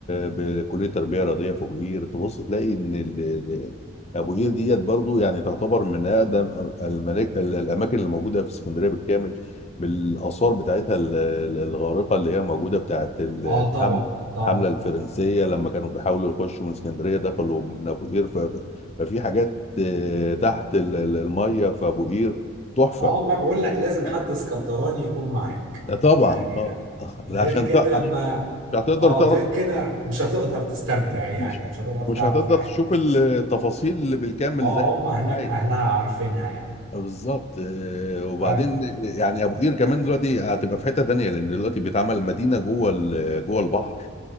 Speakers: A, on the left; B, on the right.
A: بكلية التربية الرياضية في أبو قير تبص تلاقي إن ال- ال- أبو قير ديت برضو يعني تعتبر من أقدم المراك- ال- الأماكن اللي موجودة في اسكندرية بالكامل بالآثار بتاعتها ال- ال- الغارقة اللي هي موجودة بتاعت الحمل
B: اه طبعا طبعا
A: الحملة الفرنسية لما كانوا بيحاولوا يخشوا من اسكندرية دخلوا من أبو قير ف- ففي حاجات آه، تحت ال- ال- المية في أبو قير تحفة
B: اه ما بقول لك لازم
A: اه
B: حد اسكندراني يكون معاك
A: ده طبعا
B: يعني
A: اه <laughs> لا،
B: غير
A: عشان
B: كده
A: تق... عش-
B: ما
A: مش هتقدر
B: اه
A: تعرف
B: غير كده مش هتقدر تستمتع يعني
A: مش هت-
B: مش هتقدر تعرف
A: مش هتقدر
B: حاجة
A: تشوف التفاصيل اللي بالكامل
B: اه
A: زي ما
B: هم هناك
A: انت عايز
B: اهلها عارفينها يعني
A: بالظبط آه، وبعدين
B: ف-
A: يعني ابو قير كمان دلوقتي هتبقى في حته تانيه لان دلوقتي بيتعمل مدينه جوه ال- جوه البحر